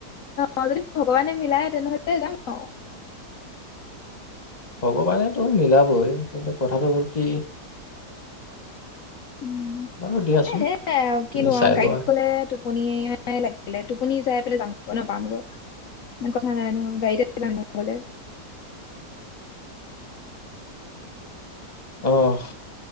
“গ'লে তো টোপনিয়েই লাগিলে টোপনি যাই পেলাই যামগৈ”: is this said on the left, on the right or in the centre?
Left